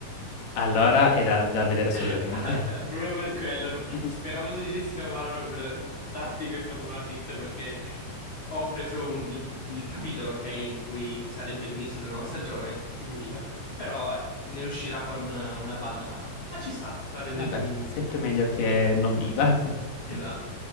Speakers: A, on the left (about 70°); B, on the left (about 40°).
A: Allora è da, da vedere
B: <laughs>
A: assolutamente.
B: Ah, sì, proprio per quello.
A: <laughs>
B: Speravo tu dicessi una parola per darti questa buona notizia perché ho preso un- il, il capitolo, ok, in cui sarebbe l'inizio della nuova stagione ed evviva. Però eh, ne uscirà con eh, una bandana. Ma ci sta, la rende
A: Vabbè,
B: più...
A: sempre meglio che non
B: <laughs>
A: viva.
B: Esatto.